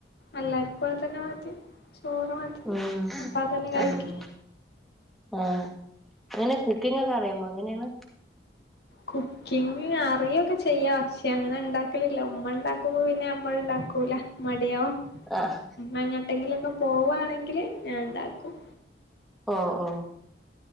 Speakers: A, on the left; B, in the centre.
A: എല്ലാർക്കും അതന്നെ മതി ചോറ് മതി
B: ഉം
A: അപ്പ അതന്നെ കഴിക്കും.
B: ഉം ആഹ് അങ്ങനെ കുക്കിങ്ങൊക്കെ അറിയാമോ എങ്ങനെയാണ്
A: കുക്കിംഗ് അറി <unintelligible> ചെയ്യാ പക്ഷെ അങ്ങനെ ഇണ്ടാക്കലില്ല ഉമ്മ ഇണ്ടാക്കുമ്പോ പിന്നെ അമ്മള്ണ്ടാക്കൂല മടിയാവും
B: ആഹ്
A: ഉമ്മ എങ്ങട്ടെങ്കിലൊക്കെ പോവാണെങ്കില് ഞാൻണ്ടാക്കും
B: ഓ ഓ.